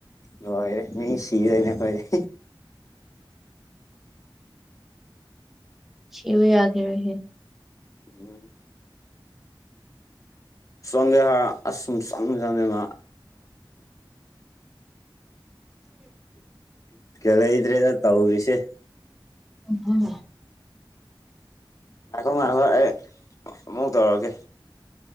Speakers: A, on the left; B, in the centre.
A: ꯂꯣꯏꯔꯦ ꯃꯤ ꯁꯤꯔꯦꯅꯦ ꯀꯣꯏ <unintelligible> <unintelligible> <unintelligible>
B: ꯁꯤꯕ ꯌꯥꯒꯤꯔꫭꯏꯍꯦ
A: ꯎꯝ ꯁꯒꯦ ꯍꯥ ꯑꯨꯝ ꯁ ꯆꯪ ꯃꯥ ꯀꯂꯗ꯭ꯔꯦꯗ ꯇꯧꯕ ꯁꯦ
B: ꯍꯝ
A: ꯉꯥꯛꯈꯣ ꯉꯥꯏꯈꯣ ꯑꯩ ꯑꯃꯨꯛ ꯇꯧꯔꯒꯦ